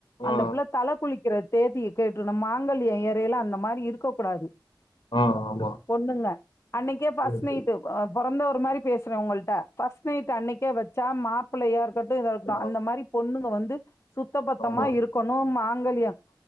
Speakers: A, on the left; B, on the left.
A: அந்த
B: ஆ
A: புள்ள தலை குளிக்க இருக்கிற தேதியை கேட்டுனு மாங்கல்யம் இறையலா அந்த மாதிரி இருக்க கூடாது
B: ஆ ஆமா
A: பொண்ணுங்க அன்னைக்கே பர்ஸ்ட்
B: ஆமா ம்.
A: நைட்டு பிறந்த ஒரு மாதிரி பேச உங்கள்கிட்ட பர்ஸ்ட் நை் அன்னைக்கே வச்சு சா மாப்பிள்ளயா இருக்கட்டு தா இருக்கட்டு
B: ஆ,
A: அந்த மாரி பொண்ணுங்க வந்து து சுத்த பத்தமா
B: ஆமா
A: இருக்கணும் மாங்கிலயம்